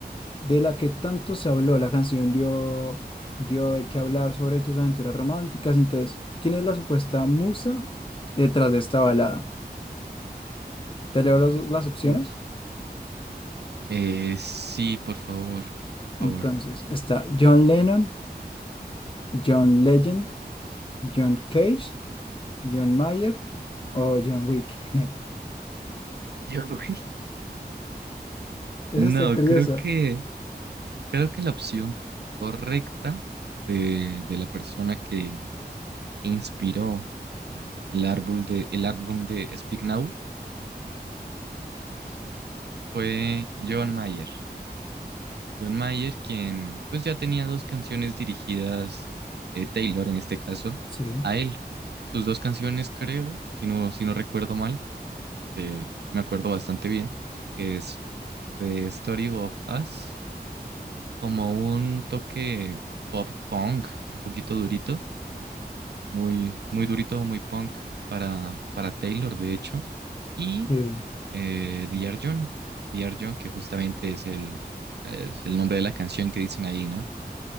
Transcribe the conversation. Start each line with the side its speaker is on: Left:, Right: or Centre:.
Left: de la que tanto se habló. La canción dio, dio de qué hablar sobre tus aventuras románticas. Entonces, ¿quién es la supuesta musa detrás de esta balada? Te leo los- las opciones.
Right: Uf. Eh, sí, por favor, por favor.
Left: Entonces, está John Lennon, John Legend, John Cage, John Mayer o John Wick. <laughs>
Right: <laughs> Yo, güey. No,
Left: Esa está curiosa.
Right: creo que, creo que la opción correcta de, de la persona que que inspiró eh, el árbol de, el álbum de Speak Now uf, fue John Mayer. John Mayer, quien pues ya tenía dos canciones dirigidas, eh, Taylor en este caso,
Left: Sí,
Right: a él. Sus dos canciones, creo, si no, si no recuerdo mal, que me acuerdo bastante bien, es The Story of Us, como un toque pop punk, un poquito durito Muy, muy durito, muy punk para, para Taylor, de hecho. Y
Left: sí.
Right: eh, D.R. John. D.R. John, que justamente es el, es el nombre de la canción que dicen ahí, ¿no?